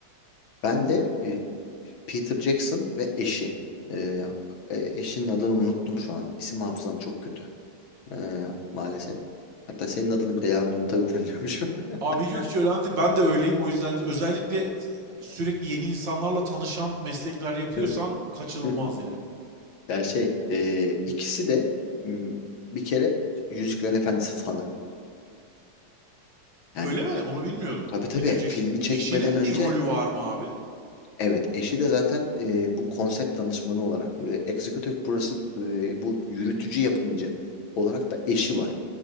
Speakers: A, on the left (about 70°); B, on the right (about 65°).
A: Ben de e, Peter Jackson ve eşi. Ee, e- eşinin adını unuttum şu an. İsim hafızam çok kötü. Ee, maalesef. Hatta senin adını bile yarın unutabilirim <laughs> diyormuşum.
B: Abi
A: Hı,
B: yok hiç önemli değil. Ben de öyleyim. O yüzden özellikle sürekli yeni insanlarla tanışan meslekler yapıyorsan
A: Evet.
B: kaçınılmaz
A: Hı hı.
B: yani.
A: Ya şey, e, ikisi de m, bir kere Yüzüklerin Efendisi fanı. Yani
B: Öyle mi? Onu bilmiyordum.
A: tabii tabii
B: Bitireceksin.
A: filmi çekmeden
B: Eşinin
A: önce
B: bir rolü var mı abi?
A: evet eşi de zaten e, bu konsept danışmanı olarak e, executive producer- e, bu yürütücü yapımcı olarak da eşi var.